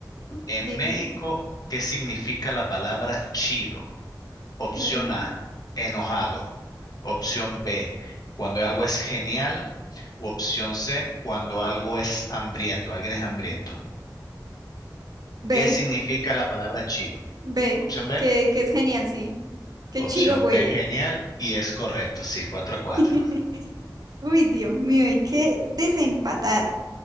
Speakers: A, on the left (about 55°); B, on the right (about 55°).
A: En
B: dime.
A: México, ¿qué significa la palabra chido? Opción
B: Mm,
A: A, enojado. Opción B, cuando algo es genial. U opción C, cuando algo es hambriento, alguien es hambriento.
B: B,
A: ¿Qué significa la palabra chido?
B: B,
A: Opción B,
B: que, que es genial, sí. Qué
A: opción
B: chido, güey.
A: B, genial. Y es correcto, sí, 4 a 4.
B: <laughs> Uy, Dios mío, hay que desempatar.